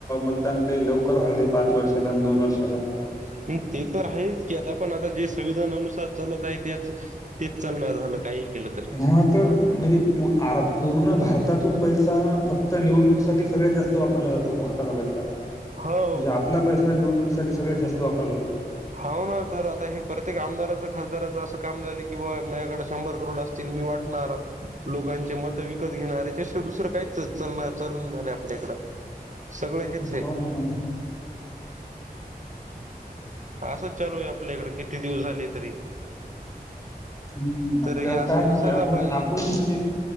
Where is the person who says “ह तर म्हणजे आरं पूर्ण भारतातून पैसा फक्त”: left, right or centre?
Left